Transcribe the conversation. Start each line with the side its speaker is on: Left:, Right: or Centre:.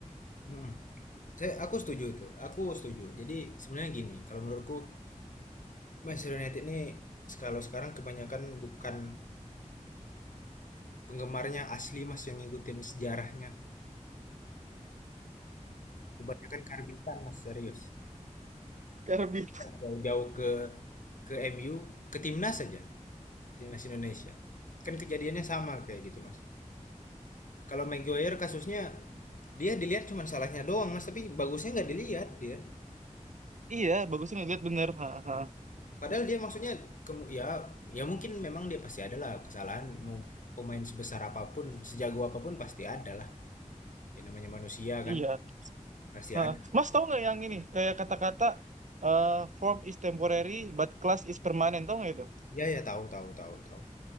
Left: mhm, saya aku setuju itu, aku setuju. Jadi sebenarnya gini, kalau menurutku Manchester United ini s kalau sekarang kebanyakan bukan Penggemarnya asli, Mas, yang ngikutin sejarahnya. Kebanyakan karbitan, Mas, serius.
Right: Karbit.
Left: Jauh-jauh ke ke MU, ke timnas saja, timnas Indonesia. Kan kejadiannya sama kayak gitu, Mas. Kalau Maguire kasusnya dia dilihat cuma salahnya doang, Mas, tapi bagusnya nggak dilihat dia.
Right: Iya, bagusnya ngeliat bener. Ha, ha.
Left: Padahal dia maksudnya kemu- ya ya mungkin memang dia pasti adalah kesalahan mau pemain sebesar apapun, sejago apapun pasti ada lah. Ya namanya manusia
Right: Iya.
Left: kan, pasti
Right: Ha.
Left: ada.
Right: Mas tahu nggak yang ini? Kayak kata-kata eh, form is temporary but class is permanent. Tahu nggak itu?
Left: Iya ya tahu tahu tahu. Tahu.